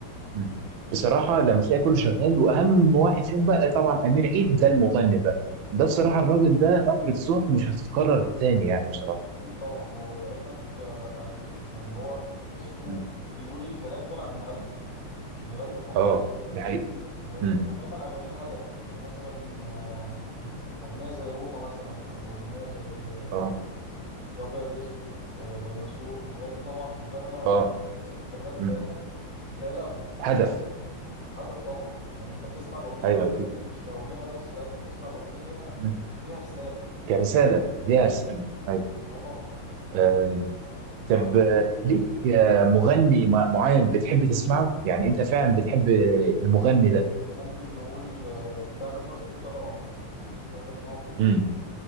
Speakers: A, on the right; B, on the left.
A: مم. بصراحة لما تلاقي كله شغال وأهم واحد فيهم بقى طبعا أمير عيد ده المغني بقى ده
B: اه
A: بصراحة الراجل ده نبرة صوت مش هتتكرر تاني يعني بصراحة
B: اكيد طبعا ولعلمك آه، اغانيه يعني هو تحسه
A: مم.
B: بيقول الكلام طالع من قلبه مش بيغني وخلاص
A: اه دي حقيقة
B: و-
A: مم.
B: ودايما اغانيه الهدف يعني مثلا آه، اغنيه زي روما مثلا او اغنيه زي آه،
A: اه
B: يا ابيض يا اسود آه، ديناصور الحاجات دي طبعا كلها
A: اه
B: انت لو ركزت في الكلمات بتاعتها
A: مم.
B: هتلاقي لها بت-
A: هدف
B: هدف طبعا يعني انت بتسمع الاغنيه
A: أيوه أكيد
B: مش كأغنية بس لا انت بتسمع الأغنية
A: مم.
B: فيها رسالة
A: كرسالة
B: من الآخر
A: ليها رسالة أيوه
B: اه طبعا
A: آه.
B: آه لا
A: طب آه، ليك آه، مغني مع- معين بتحب تسمعه؟ يعني أنت فعلا بتحب آه، المغني ده
B: ممكن نقول آه تامر حسني وتامر عاشور بحب اسمعهم جدا
A: مم.